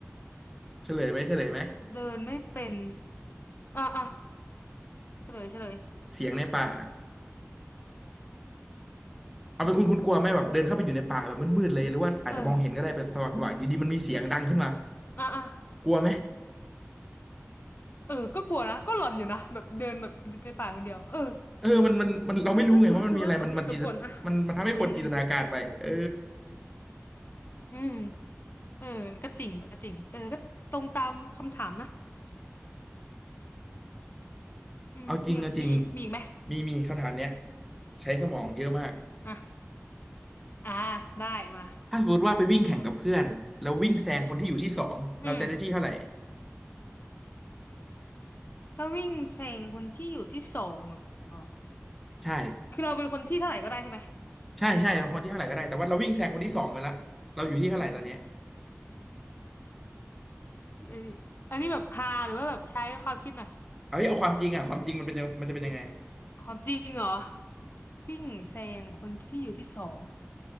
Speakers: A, in the centre; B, on the left.
A: เฉลยไหมเฉลยไหม
B: เดินไม่เป็นอ่ะอ่ะเฉลยเฉลย
A: เสียงในป่าเอาเป็นคุณคุณกลัวไหมแบบเดินเข้าไปอยู่ในป่าแบบมืดๆเลยหรือว่าอาจจะมองเห็นก็ได้เป็นสว่างสว่างอยู่ดีๆมันมีเสียงดังขึ้นมา
B: เอออ่ะอ่ะ
A: กลัวไหม
B: เออก็กลัวนะก็หลอนอยู่นะแบบเดินแบบอยู่ในป่าคนเดียวเออ
A: เออมันมันมันเราไม่รู้ไงว่ามันมีอะไรมันมันจินตมันมันทำให้คนจินตนาการไปเออ
B: เออก็ถือถือว่าสมเหตุสมผลอ่ะอืมอืมอืมเออก็จริงก็จริงเออก็ตรงตามคำถามนะ อืมมีแบบมีมีอีกไหม
A: เอาจริงเอาจริงมีมีคำถามเนี้ยใช้สมองเยอะมาก
B: อ่ะอ่าได้มา
A: ถ้าสมมติว่าไปวิ่งแข่งกับเพื่อนแล้ววิ่งแซงคนที่อยู่ที่สองเราจะได้ที่เท่าไหร่
B: อืมถ้าวิ่งแซงคนที่อยู่ที่สองเหรอ
A: ใช่
B: คือเราเป็นคนที่เท่าไหร่ก็ได้ใช่ไหม
A: ใช่ใช่เราคนที่เท่าไหร่ก็ได้แต่ว่าเราวิ่งแซงคนที่สองไปละเราอยู่ที่เท่าไหร่ตอนเนี้ย
B: เอออันนี้แบบพาหรือว่าแบบใช้ความคิดหน่อย
A: เอ้ยเอาความจริงอ่ะความจริงมันเป็นยังมันจะเป็นยังไง
B: ความจริงเหรอวิ่งแซงคนที่อยู่ที่สอง